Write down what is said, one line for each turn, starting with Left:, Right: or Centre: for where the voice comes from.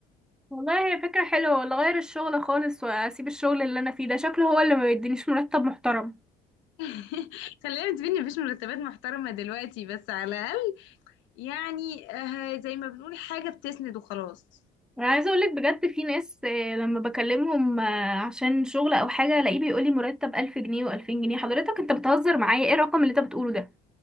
Centre: والله هي فكرة حلوة ولا غير الشغل خالص وأسيب الشغل اللي أنا فيه ده شكله هو اللي ما بيدينيش مرتب محترم
Left: <laughs> خلينا نتفق مفيش مرتبات محترمة دلوقتي بس على الأقل يعني آه، زي ما بنقول حاجة بتسند وخلاص
Centre: انا عايزه اقولك بجد في ناس آه، لما بكلمهم آه، عشان شغل او حاجه الاقيه بيقولي مرتب 1000 جنيه و2000 جنيه حضرتك انت بتهزر معايا ايه الرقم اللي انت بتقوله ده